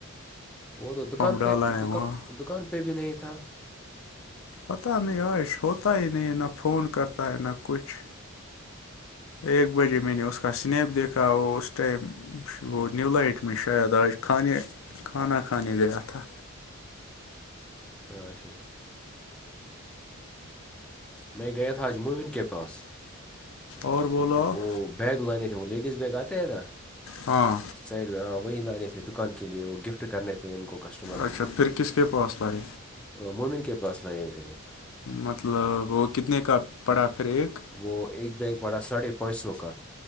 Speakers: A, in the centre; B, on the left.
A: وہ تو دکان
B: ڈالا
A: پہ
B: ہے
A: دکان
B: وہاں
A: دکان پہ بھی نہیں تھا
B: پتاہ نہیں عش ہوتا ہی نہیں ہے نہ فون کرتا ہے نہ کچھ ایک بجے میں نے اس کا سنیپ دیکھا اور اس ٹائم وہ نی لائٹ میں شاید آج کھانے کھانا کھانے گیا تھا
A: اچھا میں گیا تھ تھا آج موومن کے پاس
B: اور بولو آپ
A: وہ بیگ لانے تھے وہ لیڈیز بیگ آتے ہیں نا
B: ہاں
A: سائڈ میں وہیں لانے تھے دکان کے لیے وہ گفٹ کرنے تھے ان کو کسٹمروں
B: اچھا
A: کوو
B: پھر کس کے پاس لائی
A: مومن کے پاس لائے میں نے
B: مطلب وہ کتنے کا پڑا پھر ایک
A: وہ ایک بیگ بڑا ساڑھے پانچ سو کا